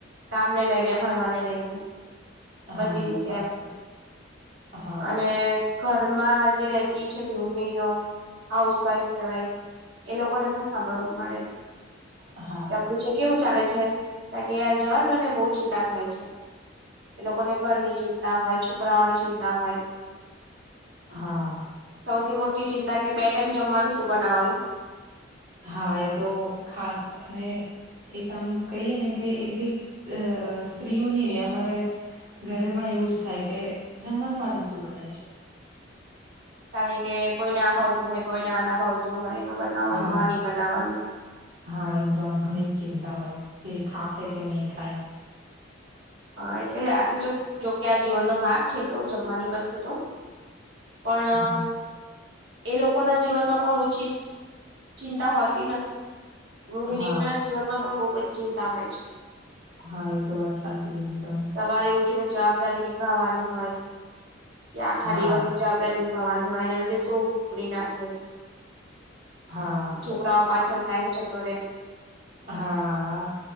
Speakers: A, on the right (about 70°); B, on the right (about 45°).
A: કામ ને લઈને ભણવાને લઈને બધી
B: હા એ
A: રીતે
B: તો સાચી
A: એમ
B: વાત છે. હા.
A: અને ઘરમાં જે રહેતી છે ગૃહિણીઓ હાઉસ વાઈફ કેવાય એ લોકોને પણ સાંભળવા મળે
B: હા હા.
A: તો પૂછ્યું કેવું ચાલે છે ત કે યાર જવાદોને બહુ ચિંતા થાય છે એ લોકોને ઘરની ચિંતા હોય છોકરાઓની ચિંતા હોય
B: હા
A: સૌથી મોટી ચિંતા કે બે ટાઈમ જમવાનું શું બનાવાનું
B: હા એ તો ખાસ અને એક આમ કહીએ ને કે એટલી સ્ત્રીઓની ને અમારે ઘરે પણ એવું જ થાય કે જમવાનું આજે શું બનાયશું
A: કારણ કે કોઈને આ ભાવતું હોય કોઈને આ ના ભાવતું હોય બનાવવાનું
B: હા
A: આ નહી બનાવવાનું
B: હા એની તો આમ ઘણી જ ચિંતા હોય કે ખાંસે કે નહી ખાય
A: હા એટલે આ તો જો જોકે આ જીવનનો ભાગ છે તો જમવાની વસ્તુ તો પણ
B: હા
A: એ લોકો ના જીવનમાં પણ ઓછી જ ચિંતા હોતી નથી ગૃહિણીના
B: હા
A: જીવનમાં પણ બહુ બધી ચિંતા હોય છે
B: હા એ તો વાત સાચી કીધી તમે
A: સવારે ઉઠીને જવાબદારી નિભાવવાની હોય કે આખા
B: હા
A: દિવસની જવાબદારી નિભાવાની હોય એના લીધે શું ના થાય
B: હા.
A: છોકરાઓ પાછળ ટાઈમ જતોરે
B: હા